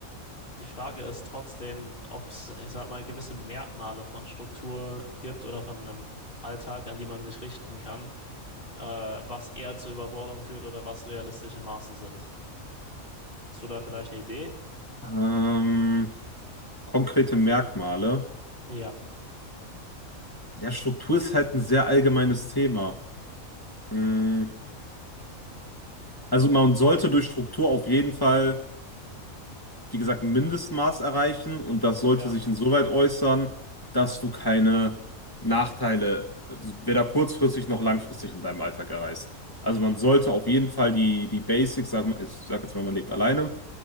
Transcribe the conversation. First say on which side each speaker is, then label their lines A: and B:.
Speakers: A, on the left (about 40°); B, on the left (about 15°).
A: Die Frage ist trotzdem, ob es, ich sag mal, gewisse Merkmale von Struktur gibt oder von einem Alltag, an die man sich richten kann, äh, was eher zu Überforderung führt oder was realistische Maße sind. Hast du da vielleicht eine Idee?
B: Ähm, konkrete Merkmale.
A: Ja,
B: Ja, Struktur ist halt ein sehr allgemeines Thema. Mm, Also man sollte durch Struktur auf jeden Fall, wie gesagt, ein Mindestmaß erreichen und das sollte
A: ja,
B: sich insoweit äußern, dass du keine Nachteile, also weder kurzfristig noch langfristig in deinem Alltag erreichst. Also man sollte
A: ja,
B: auf jeden Fall die, die Basics, sag, ich sag jetzt mal, man lebt alleine,